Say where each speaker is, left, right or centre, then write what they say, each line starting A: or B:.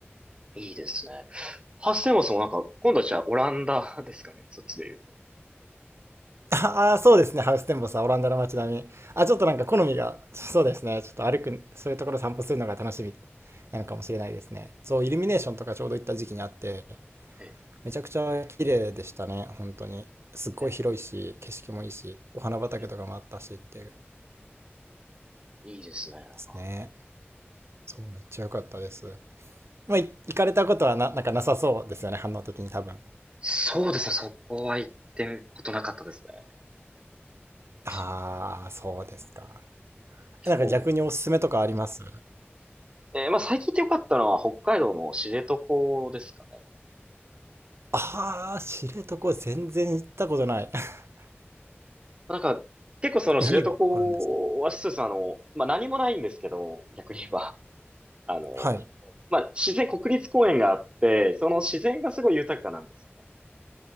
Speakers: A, on the right; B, on the right.
A: いいですね。ハッセンボスもなんか、今度はじゃあオランダですかね。そっちで言うと。
B: ああ、そうですね。ハウステンボスはオランダの街並み。あ、ちょっとなんか好みが、そうですね。ちょっと歩く、そういうところ散歩するのが楽しみなのかもしれないですね。そう、イルミネーションとかちょうど行った時期にあって、
A: ええ。え
B: めちゃくちゃ綺麗でしたね。本当に。すっごい広いし、
A: え
B: 景色もいいし、お花畑とかもあったしっていうで
A: ええいいですね。なんか
B: すね。そう、めっちゃ良かったです。まあ、い行かれたことはな、なんかなさそうですよね。反応的に多分。
A: そうですね。そこは行ってことなかったですね。
B: ああ、
A: 自分
B: そうですか。
A: 結構。
B: なんか逆におすすめとかあります
A: えーまあ最近行ってよかったのは北海道の知床ですかね。
B: ああ、知床全然行ったことない。<laughs>
A: なんか、結構その知床はそうです。
B: 何があるんですか
A: あの、まあ何もないんですけど、逆に言えば。あの、
B: はい。
A: まあ自然、国立公園があって、その自然がすごい豊かなんですよね。